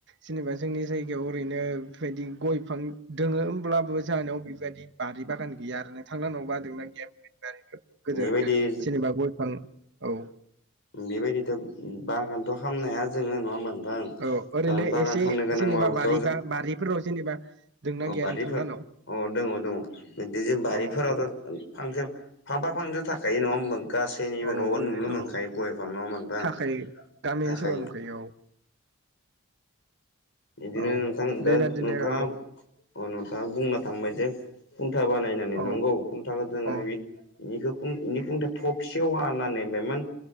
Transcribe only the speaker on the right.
जेनेबा जोंनि जायगायाव ओरैनो बेबायदि गय बिफां दङो होमब्लाबो जानायाव बेबायदि बारि बागान गैया आरो नोंथांनबा होमदां गेब नार गेब गिदिर
जेनेबा गयफां औ।
औ ओरैनो
एसे
जेनेबा बारिबा बारिफोराव जेनेबा दोंना
गैया
नोंथां लाहानाव?
औ दं
औ
ओरैनो
औ
थाखायो गामि
ओनसोलाव नुखायो औ
औ
बेबादिनो
औ
औ
औ